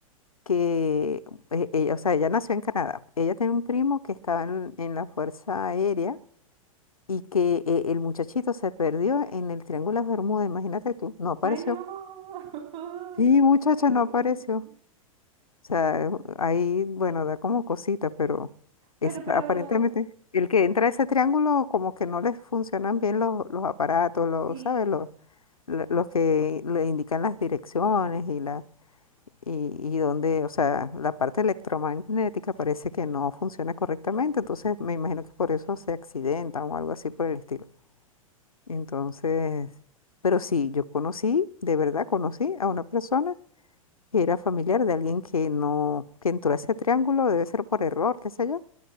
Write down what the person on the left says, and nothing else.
que, eh, ella, o sea, ella nació en Canadá, ella tenía un primo que estaba en, en la Fuerza Aérea y que eh, el muchachito se perdió en el Triángulo de Bermuda, imagínate tú, no apareció.
Sí,
muchacha,
no apareció.
sea, eh, ahí, bueno, da como cosita, pero es,
aparentemente el que entra a ese triángulo como que no les funcionan bien los, los aparatos, los,
¿sabes? Los, lo- los que le indican las direcciones y la y, y dónde, o sea, la parte electromagnética parece que no funciona correctamente, entonces me imagino que por eso se accidentan o algo así por el estilo. Entonces, pero sí, yo conocí, de verdad conocí a una persona que era familiar de alguien que no, que entró a ese triángulo, debe ser por error, qué sé yo,